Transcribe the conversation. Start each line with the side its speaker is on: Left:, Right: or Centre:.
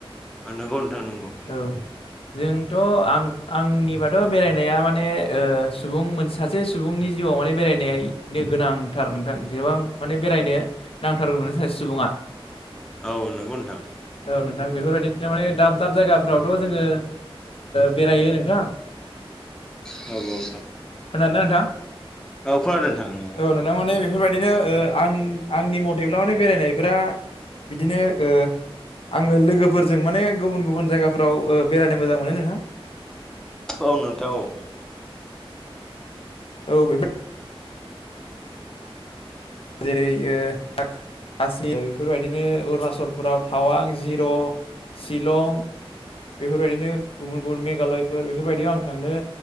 Centre: नोंगौ नोंथां नोंगौ‌।
Left: औ जोंथ' आं आंनिबाथ' बेरायनाया माने ओ सुबुं मोनसे सासे सुबुंनि जिउ मान बेरायनायनो गोनांथार नोंथां गोबां माने बेरायनो नांथारगौ सासे सुबुङा।
Centre: औ नोंगौ नोंथां
Left: औ नोंथां बेफोरबायदिनो माने दाब दाब जायगाफ्रावथ' जोङो बेरायो नोंथां
Centre: औ औ नोंथां
Left: खोनादोंना नोंथां
Centre: औ खोनादों नोंथां नोंगौ
Left: औ नोंथां माने बेफोरबायदि बिदिनो आं आंनि मथेब्ला माने बेरायनायफोरा बिदिनो ओ आङो लोगोफोरजों माने गुबुन गुबुन जायगाफोराव बेरायनो मोजां मोनो नोंथां
Centre: औ नोंथां औ।
Left: औ बे जेरै ओ काशमिर बेफोरबायदिनो अरुणाचल फोराव टावां, जिर, सिलं, बेफोरबायदिनो गुबुन गुबुन मेघालयफोर बेफोरबायदियाव आं थांनो